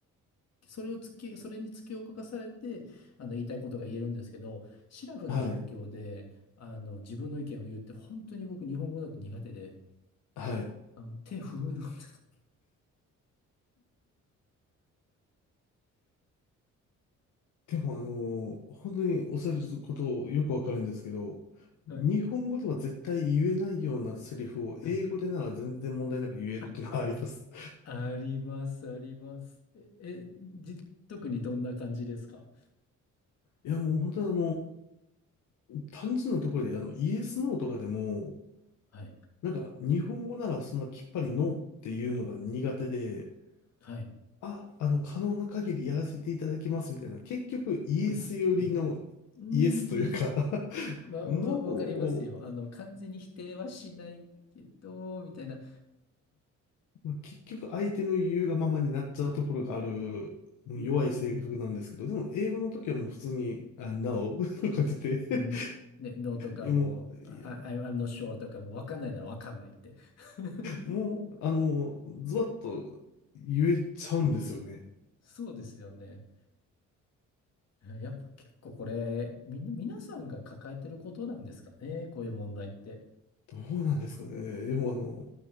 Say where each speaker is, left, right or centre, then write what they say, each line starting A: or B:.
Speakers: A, on the left; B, on the left.
A: それを突き、それに突き動かされて、あの、言いたいことが言えるんですけど、シラフな状況で、
B: はい、
A: あの、自分の意見を言うって、本当に僕、日本語だと苦手で、
B: はい。
A: あの、手震えるんです。
B: でも、あのー本当におっしゃることよくわかるんですけど、
A: <laughs>
B: 日本語では絶対言えないようなセリフを英語でなら全然問題なく言えるっていうのはあります。
A: はい。はい。あ、あります、あります。え、え、じ、特にどんな感じですか
B: いや、もう本当にあの、単純なところで、あの、イエス、ノーとかでも、
A: はい。
B: なんか日本語ならそんなきっぱりノーっていうのが苦手で、
A: はい。
B: あ、あの、可能な限りやらせていただきますみたいな、結局イエス寄りの
A: うん。うん。
B: イエスというか
A: うーん
B: <laughs>
A: まあ、
B: ノーを、
A: わ、わかりますよ。あの、完全に否定はしないけど、みたいな。
B: まあ結局相手の言うがままになっちゃうところがある、もう弱い性格なんですけど、
A: うーん。
B: でも英語の時はもう普通に、あ、No <laughs> とか言ってて
A: うん、ね、No とかもう、
B: いやもう、
A: あ
B: いや
A: I- I'm not sure とかもうわかんないならわかんないって。<laughs>
B: もう、あの、ズバッと言えちゃうんですよね。
A: そうですよね。<laughs> やっぱ結構これ、みんな、皆さんが抱えてることなんですかね、こういう問題って。
B: どうなんですかね。でもあの、